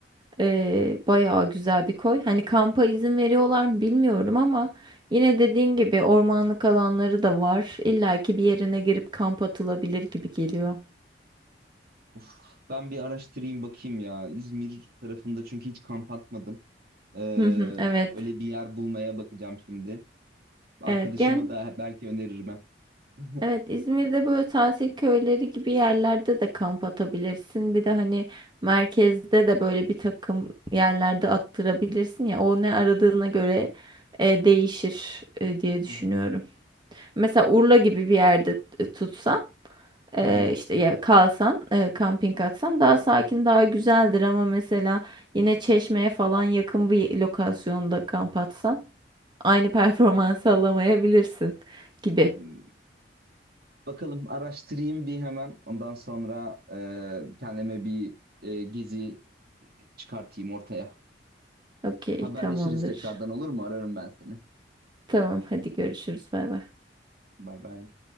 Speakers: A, on the right; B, on the right.
A: Ee, bayağı güzel bir koy. Hani kampa izin veriyorlar mı bilmiyorum ama yine dediğin gibi ormanlık alanları da var. İlla ki bir yerine girip kamp atılabilir gibi geliyor.
B: Of, ben bir araştırayım bakayım ya. İzmir tarafında çünkü hiç kamp atmadım. Ee,
A: Hı hı, Evet.
B: öyle bir yer bulmaya bakacağım şimdi. Arkadaşıma
A: Evet, yani
B: da belki öneririm. ha. <laughs>
A: evet İzmir'de böyle tatil köyleri gibi yerlerde de kamp atabilirsin. Bir de hani merkezde de böyle bir takım yerlerde attırabilirsin ya. O ne aradığına göre e, değişir e, diye düşünüyorum.
B: Hı hı.
A: Mesela Urla gibi bir yerde t- tutsan e,
B: Hı hı.
A: işte ya kalsan e, kamping atsan daha sakin daha güzeldir ama mesela yine Çeşme'ye falan yakın bir lokasyonda kamp atsan aynı <laughs> performansı alamayabilirsin gibi.
B: Hmm, Bakalım araştırayım bir hemen. Ondan sonra e, kendime bir e, gezi çıkartayım ortaya.
A: Okey,
B: Haberleşiriz
A: tamamdır.
B: tekrardan olur mu? Ararım ben seni.
A: Tamam, hadi görüşürüz. Bay bay.
B: Bay bay.